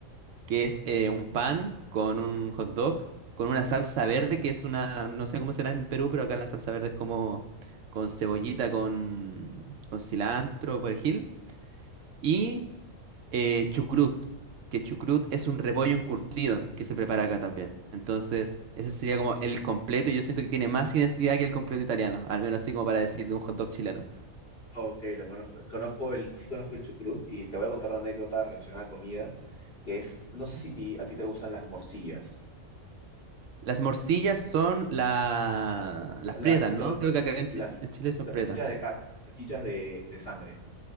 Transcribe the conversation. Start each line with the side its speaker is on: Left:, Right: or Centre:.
Right: que es eh, un pan con un hot dog, con una salsa verde, que es una, no sé cómo será en Perú, pero acá la salsa verde es como con cebollita, con, con cilantro, perejil, y eh, chucrut, que chucrut es un repollo encurtido que se prepara acá también. Entonces, ese sería como el completo y yo siento que tiene más identidad que el completo italiano, al menos así como para decir de un hot dog chileno.
Left: Ok, lo conozco. Conozco el, sí conozco el chucrut y te voy a contar una anécdota relacionada a comida, que es, no sé si ti- a ti te gustan las morcillas,
Right: Las morcillas son la...
Left: las,
Right: las pretas,
Left: esto,
Right: ¿no? Creo que acá en
Left: las,
Right: Chi- en Chile son
Left: las
Right: pretas.
Left: salchichas de car, las salchichas de, de sangre.